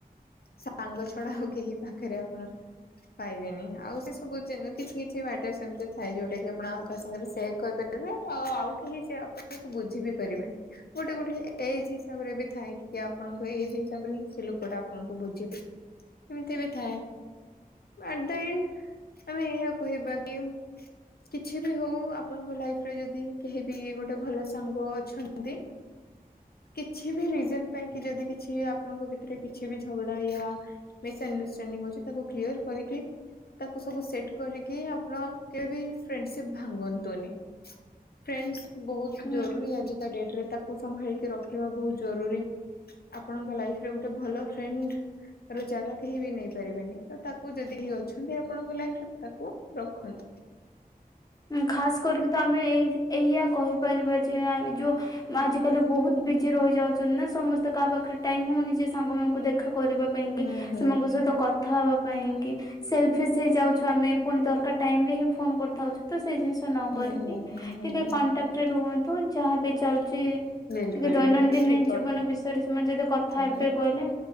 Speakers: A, on the left; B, on the left.
A: ସାଙ୍ଗ ଛଡା ଆଉ କେହି ପାଖରେ ଆପଣ ପାଇବେନି ଆଉ ସେ ସବୁ ଯିନି କିଛି କିଛି ବାଟ ସେମତି ଥାଏ ଯୋଉଟା କି ଆପଣ ଆଉ କାହା ସାଙ୍ଗରେ ସେଆ କରିପା ଏବେ ଆ ଆଉ କେହି ସେ ଆପଣକୁ ବୁଝି ବି ପାରିବେନି। ଗୋଟେ ଗୋଟେ ଏଜ ହିସାବରେ ବି ଥାଏ କି ଆପଣଙ୍କ ଏଜ ହିସାବରେ ହଁ ସେ ଲୋକଟା ଆପଣଙ୍କୁ ବୁଝିବେ। ଏମିତିରେ ଥାଏ ଆର୍ଦେଣ୍ଡ ଆମେ ଏହା କହିବା କି କିଛି ବି ହଉ ଆପଣଙ୍କ ଲାଇଫ ରେ ଯଦି କେହି ବି ଗୋଟେ ଭଲ ସାଙ୍ଗ ଅଛନ୍ତି କିଛି ବି ରିଜନ ପାଇଁ କି ଯଦି କିଛିବି ଆପଣଙ୍କ ଭିତରେ କିଛି ବି ଝଗଡା ୟା ମିସ ଏଣ୍ଡଷ୍ଟାଣ୍ଡିଙ୍ଗ ହୋଉଚି ତାକୁ କ୍ଲିୟର କରିକି ତାକୁ ସବୁ ସେଟ୍ କରିକି ଆପ୍ଲାଙ୍ଗ କେବି ଫ୍ରେଣ୍ଡସିପ୍ ଭାଙ୍ଗନ୍ତୁନି। ଫ୍ରେଣ୍ଡସ୍ ବହୁତ
B: ହୁଁ।
A: ଜରୁରୀ ଆଜିକା ଡେଟରେ ତାକୁ ସମ୍ଭାଳିକି ରଖିବା ବହୁତ ଜରୁରୀ। ଆପଣଙ୍କ ଲାଇଫରେ ଗୋଟେ ଭଲ ଫ୍ରେଣ୍ଡ ର ଜାଗା କେହି ବି ନେଇ ପାରିବେନି ତ ତାକୁ ଯଦି କେହି ଅଛନ୍ତି ଆପଣଙ୍କ ଲାଇଫରେ ତ ତାକୁ ରଖନ୍
B: ମୁଁ ଖାସ କରିକି ତ ଆମେ ଏଇ ଏଇୟଆ କହିପାରିବା ଯେ ଆଉ ଏ ଯୋ ଆଜ କାଲି ବହୁତ ବି ଜି ରହିଯାଉଚନ୍ ନା ସମସ୍ତେ କାହା ପାଖରେ ଟାଇମ୍ ହେଉନି ଯେ ସାଙ୍ଗମାନଙ୍କୁ ଦେଖା କରିବା ପାଇଁକ
A: ହୁଁ ହୁଁ
B: ସେମାନଙ୍କ ସହିତ କଥାବା ପାଇଁ କି ସେଲଫିସ ହେଇ ଯାଉଛନ୍ତି ପୁଣି ଦରକାର ଟାଇମ ରେ ହିଁ ଫୋନ କରିଥାଉଛ ତ ସେ ଜିନିଷ ନ
A: ହୁଁ
B: କରରିକି
A: ହୁଁ ହୁଁ
B: ଟିକେ
A: ହୁଁ।
B: କଣ୍ଟାକ୍ଟରେ ରୁହନ୍ତୁ ଯାହା ବିି ଚାଲୁଚି
A: ବିଲକୁଲ
B: ଟିକେ ଦୈନନ୍ଦିନ
A: ବିଲକୁଲ ଠିକ
B: ଜୀବନ ବିଷୟରେ ସେମାନେ ଯଦି କଥା
A: କହିଛନ୍ତି
B: ଏବେ କହିଲେ